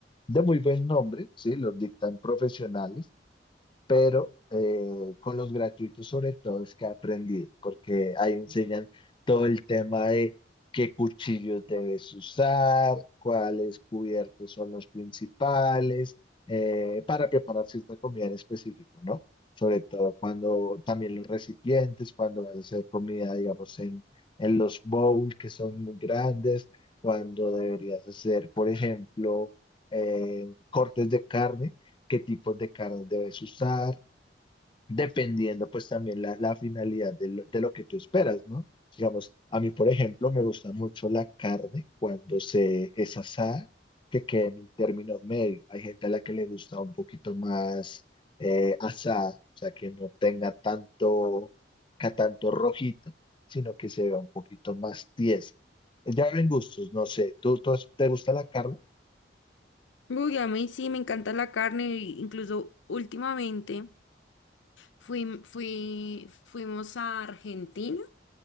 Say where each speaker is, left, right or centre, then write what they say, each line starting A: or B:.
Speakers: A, on the left (about 25°); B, on the left (about 85°).
A: de muy buen nombre, sí, los dictan profesionales pero eh, con los gratuitos sobre todo es que he aprendido, porque ahí enseñan todo el tema de qué cuchillos debes usar, cuáles cubiertos son los principales, eh, para preparar cierta comida en específico, ¿no? Sobre todo cuando también los recipientes, cuando vas a hacer comida, digamos, en, en los bowls que son muy grandes, cuando deberías hacer, por ejemplo, eh, cortes de carne qué tipos de cartas debes usar, dependiendo pues también la, la finalidad de lo, de lo que tú esperas, ¿no? Digamos, a mí, por ejemplo, me gusta mucho la carne cuando se es asada, que quede en términos medios. Hay gente a la que le gusta un poquito más eh, asada, o sea, que no tenga tanto, ca- tanto rojito, sino que se vea un poquito más tiesa. Ya ven gustos, no sé, ¿tú, tú has- te gusta la carne?
B: Uy, a mí sí, me encanta la carne, incluso últimamente. Fui, fui, fuimos a Argentina